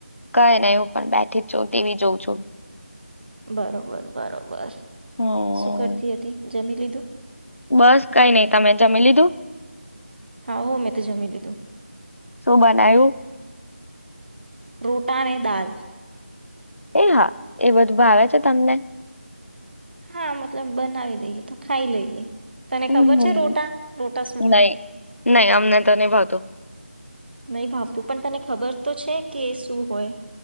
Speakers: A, on the left; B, on the right.
A: કઈ નહી હું પણ બેઠી જ છું તેવી જોઉં છું
B: બરોબર બરોબર
A: હમ
B: શું કરતી હતી જમી લીધું
A: બસ કઈ નઈ તમે જમી લીધું
B: હા હો મેં તો જમી લીધું
A: શું બનાવ્યું
B: રોટલા ને દાલ
A: એ હા એ બધું ભાવે છે તમને
B: હા મતલબ બનાવી દઈએ તો ખાઈ લઈએ તને
A: હમ્મ
B: ખબર છે રોટા રોટા શું
A: નહી
B: હોય
A: નહી અમને તો નહી ભાવતું.
B: નહી ભાવતું પણ તને ખબર તો છે કે એ શું હોય.